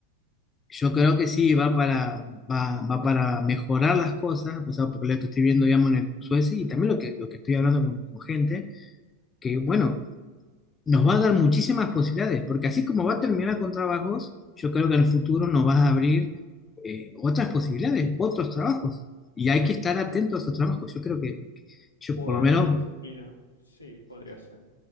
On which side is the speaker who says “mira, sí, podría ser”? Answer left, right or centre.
Left